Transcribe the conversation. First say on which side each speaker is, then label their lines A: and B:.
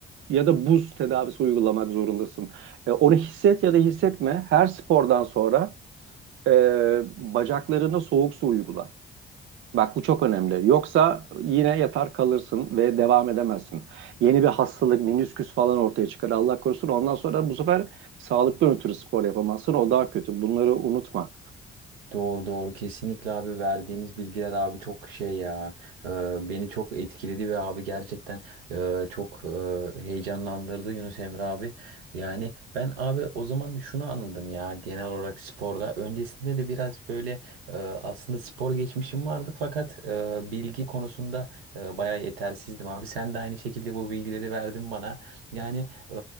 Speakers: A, on the right; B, on the right.
A: ya da buz tedavisi uygulamak zorundasın. E, onu hisset ya da hissetme. Her spordan sonra e, bacaklarına soğuk su uygula. Bak bu çok önemli. Yoksa yine yatar kalırsın ve devam edemezsin. Yeni bir hastalık, menisküs falan ortaya çıkar. Allah korusun. Ondan sonra bu sefer sağlıktan ötürü spor yapamazsın. O daha kötü. Bunları unutma.
B: Doğru doğru kesinlikle abi verdiğiniz bilgiler abi çok şey ya Ee, beni çok etkiledi ve abi gerçekten e, çok e, heyecanlandırdı Yunus Emre abi. Yani ben abi o zaman şunu anladım ya genel olarak sporda öncesinde de biraz böyle e, aslında spor geçmişim vardı fakat e, bilgi konusunda e, bayağı yetersizdim abi. Sen de aynı şekilde bu bilgileri verdin bana. Yani e,